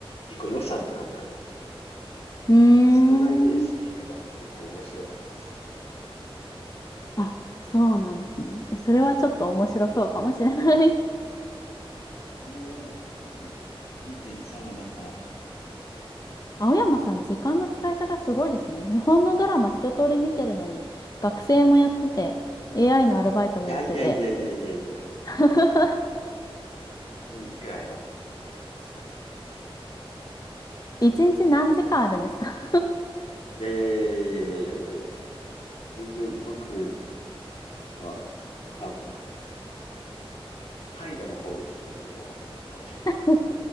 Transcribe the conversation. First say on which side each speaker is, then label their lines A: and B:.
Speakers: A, on the left; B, on the left.
A: 結構予算とかもかけてて、
B: うーん。
A: 壮大でスケールが結構面白かったですけど。
B: あ、そうなんですね。え、それはちょっと面白そうかもしれない
A: それこれは、見て損はないかなと思う。
B: 青山さん、時間の使い方すごいですね。日本のドラマ一通り見てるのに、学生もやってて、AI のアルバイトもやってて。
A: いやいやいやいやいやいやい
B: <laughs>
A: いぐらいは全然できますよ。
B: 一日何時間あるんですか
A: <laughs> いやいやいやいやいやいやいやいや全然僕は多分、怠惰な方ですよ、なんなら。多分。
B: <laughs>